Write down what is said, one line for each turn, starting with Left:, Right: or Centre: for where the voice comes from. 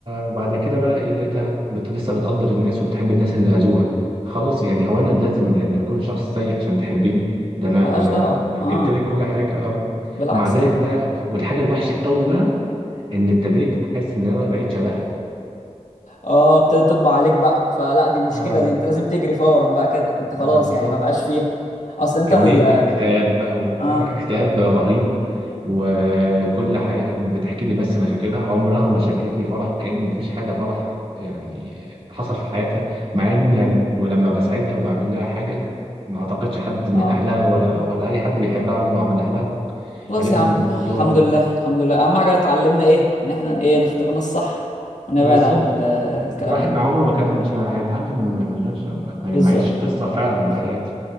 Right: وبعد كده بقى ايه لقيتها بت... لسه بتقدر الناس وبتحب الناس اللي اذوها خلاص يعني هو انا لازم يعني اكون شخص سيء عشان تحبيني ده انا
Left: ملهاش
Right: ده انا
Left: دعوه
Right: جبت
Left: اه
Right: لك كل حاجه اه
Left: بالعكس
Right: ومع ذلك
Left: يعني
Right: بقى والحاجه الوحشه قوي بقى ان ابتديت احس ان انا بقيت شبهها
Left: اه ابتدت تطبع عليك بقى فلا دي مشكله
Right: اه
Left: دي انت لازم تجري فورا بقى كده انت خلاص
Right: بالظبط
Left: يعني ما بقاش فيها اصل انت
Right: كمية
Left: ال...
Right: اكتئاب بقى وبتاع
Left: اه
Right: اكتئاب رهيب وكل حي... بتحكي لي بس مشاكلها عمرها ما شاركتني فرح كأن مفيش حاجة فرح يعني حصل في حياتها مع ان يعني ولما بساعدها وبعمل لها حاجة ما اعتقدش حد من
Left: اه
Right: اهلها ولا ولا اي حد بيحبها عمره عملها لها
Left: خلاص
Right: الاقي
Left: يا عم
Right: الموضوع
Left: الحمد لله الحمد لله اهم حاجه اتعلمنا ايه ان احنا ايه نختارنا الصح ونبعد
Right: بالظبط
Left: عن ال- آه، الكلام
Right: الواحد
Left: ال-
Right: مع عمره ما كانش
Left: تمام
Right: هيتعلم من غير ما
Left: بالظبط
Right: ما يعيش قصة فعلا
Left: بالظبط
Right: بحياته